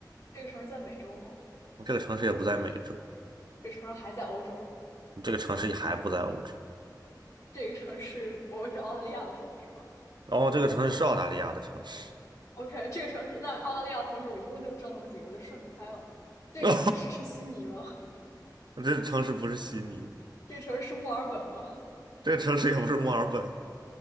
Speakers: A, on the left (about 45°); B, on the right (about 80°).
A: 这个城市在美洲吗？
B: 这个城市也不在美洲，
A: 这个城市还在欧洲？
B: 这个城市还不在欧洲，
A: 这个城市不会是澳大利亚的城市吧？
B: 然后这个城市是澳大利亚的城市，
A: OK，这个城市，那澳大利亚的城市，我一共就知道那么几个，我就顺着猜吧。这个城市是悉尼吗？
B: <laughs> 哦这个城市不是悉尼，
A: <laughs> 这个城市是墨尔本吗？
B: 这个城市也不是墨尔本